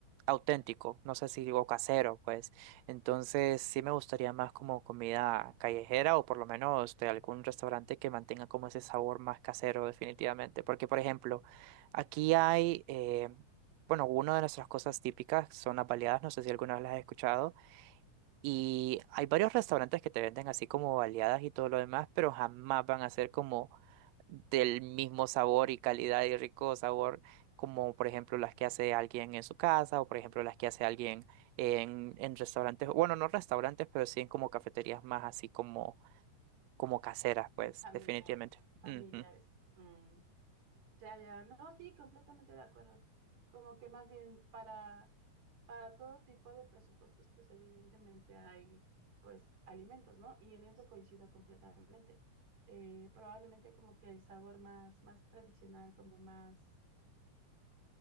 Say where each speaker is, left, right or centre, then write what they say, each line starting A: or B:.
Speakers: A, on the right; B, on the right.
A: auténtico, no sé si digo casero, pues. Entonces sí me gustaría más como comida callejera o por lo menos de algún restaurante que mantenga como ese sabor más casero definitivamente. Porque, por ejemplo, aquí hay, eh, bueno, una de nuestras cosas típicas son las baleadas, no sé si alguna vez las has escuchado y hay varios restaurantes que te venden así como baleadas y todo lo demás, pero jamás van a ser como del mismo sabor y calidad y rico sabor como por ejemplo las que hace alguien en su casa o por ejemplo las que hace alguien en, en restaurantes, bueno, no restaurantes, pero sí en como cafeterías más así como, como caseras, pues
B: familiares,
A: definitivamente.
B: familiares.
A: Ujú.
B: Mm, ya, ya, no, sí, completamente de acuerdo. Como que más bien para Para todo tipo de presupuestos, pues evidentemente hay pues alimentos, ¿no? Y en eso coincido completamente. Eh, probablemente como que el sabor más, más tradicional, como más,